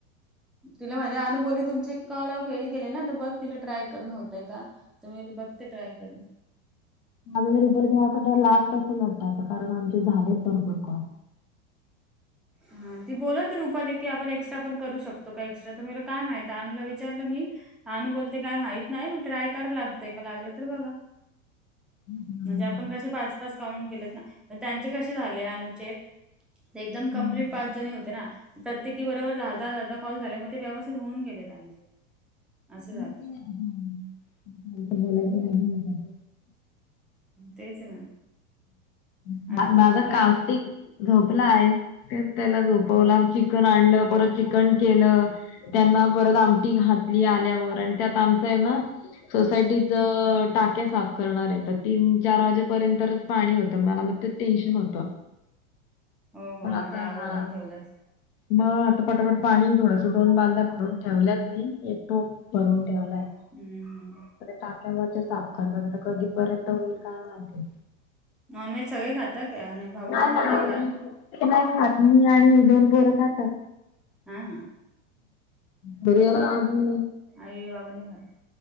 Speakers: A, in the centre; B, on the left.
A: तिला माझ्या अनुबोली तुमचे कॉल फेल गेले ना तर बघ तिला ट्राय करून होतय का तर मी म्हणले बघते ट्राय करू
B: माझं नी रुपालीच मला तर वाटतंय लास्ट असेल वाटतं कारण आमचे झाले भरपूर कॉल्स
A: हा ती बोलत रुपाली की, आपण एक्स्ट्रा पण करू शकतो का एक्स्ट्रा तर मला काय माहित आहे अनुला विचारलं मी अनू बोलते काय माहित नाही, पण ट्राय करा लागतंय का लागलं तर बघा.
B: हा हा.
A: म्हणजे आपण कसे पाच-पाच काउंट केलेत ना त्यांचे कसे झाले अनुचे ते एकदम, कंप्लीट
B: हा.
A: पाच जणी होते ना, प्रत्येकी बरोबर दहा-दहा, दहा-दहा कॉल झाले मग ते व्यवस्थित होऊन गेले त्यांचे असं झालं.
B: ते- हा. फालतू नाही. मला.
A: तेच ना,
B: माझा
A: आता तो झोपलाय
B: काऊंटीग
A: का?
B: झोपला आहे, तेच त्याला झोपवला. चिकन आणलं, परत चिकन केलं, त्यांना परत आमटी घातली आल्यावर आणि त्या त आमचं आहे ना, सोसायटीत टाक्या साफ करणार येतात तर तीन चार वाजेपर्यंत पाणी होतं मला मग ते टेन्शन होत
A: हो
B: पण
A: हो
B: आता
A: मग ते आवरून
B: हा
A: ठेवलंस
B: मग आता पटापट पाणी थोडसं दोन बादल्या भरून ठेवल्यात मी एक टोप- भरून ठेवलाय.
A: हम्म हम्म.
B: टाक्या मग ते साफ करतात कधीपर्यंत होईल काय माहिती?,,
A: नॉन व्हेज सगळे खाताय काय नाही? भाऊन
B: नाही ना,
A: तर
B: मी
A: खात
B: नाही खात मी आणि ही दोन पोरं खातात.
A: हा
B: बरीला आणि
A: आई-बाबा नाही खात.